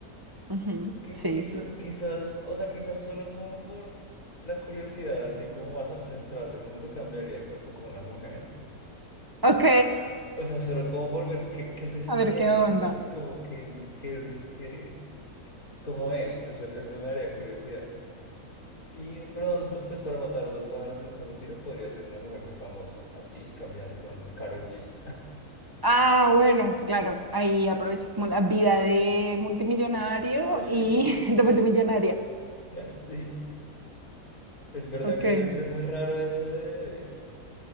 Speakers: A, on the right; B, on the left.
A: Ujú,
B: qui-
A: Sí,
B: quiz-
A: sí, sí.
B: quizás, o sea, quizás solo como por la curiosidad, así como más ancestral del mundo, cambiaría de cuerpo con una mujer.
A: Ok,
B: O sea, solo como por ver qué, qué se siente,
A: a ver qué onda.
B: ¿sí? Como que es, que es, que, cómo es. Eso, eso me daría curiosidad. Y de pronto, pues para matar dos pájaros de un solo tiro, podría ser una mujer muy famosa. Así cambiar con Karol G.
A: Ah, bueno, claro, ahí aprovechas como la vida de multimillonario
B: <laughs> Sí,
A: y
B: sí,
A: <laughs> de multimillonaria.
B: sí. Es verdad
A: Ok,
B: que
A: ok.
B: debe ser muy raro eso de...